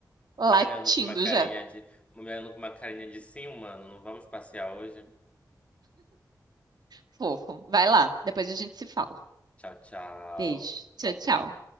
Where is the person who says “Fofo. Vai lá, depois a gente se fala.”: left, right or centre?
Right